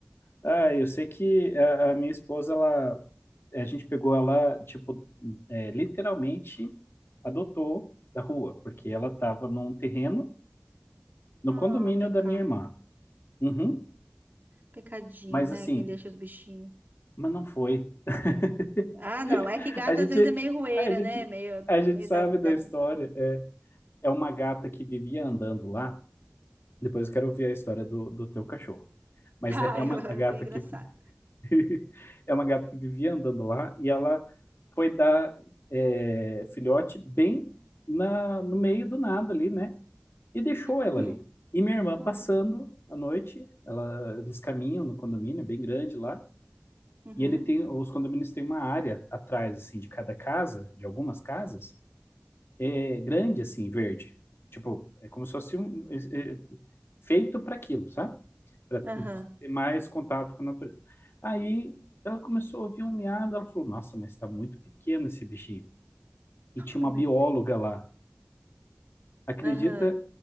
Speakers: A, on the left; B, on the right.
A: Ah, eu sei que a, a minha esposa, ela, a gente pegou ela, tipo, é, literalmente adotou da rua, porque ela estava num terreno no
B: Ah,
A: condomínio
B: pecado.
A: da minha irmã. Uhum.
B: Pecadinho,
A: Mas
B: né?
A: assim,
B: Quem deixa os bichinhos.
A: mas não foi. <laughs>
B: Ah, não. É que gato
A: A gente,
B: às vezes é meio rueira,
A: a gente,
B: né? Meio,
A: a gente
B: meio
A: sabe
B: da, da...
A: da história.
B: <laughs>
A: É, é uma gata que vivia andando lá. Depois eu quero ouvir a história do, do teu cachorro. Mas
B: Ah,
A: é, é uma
B: eu-
A: a gata
B: é engraçado.
A: que <laughs> é uma gata que vivia andando lá e ela foi dar é, filhote bem na, no meio do nada ali, né? E deixou ela
B: Uhum.
A: ali. E minha irmã passando
B: Oh, meu-
A: à noite, ela, eles caminham no condomínio bem grande lá.
B: Uhum.
A: E ele tem, os condomínios têm uma área atrás, assim, de cada casa, de algumas casas, é, grande, assim, verde. Tipo, é como se fosse um, é, é, feito para aquilo, sabe? Para
B: Aham.
A: você ter mais contato com a natureza. Aí ela começou a ouvir um miado, ela falou: Nossa, mas está muito pequeno esse bichinho. E tinha uma
B: Ai, meu
A: bióloga
B: Deus.
A: lá. Acredita
B: Aham.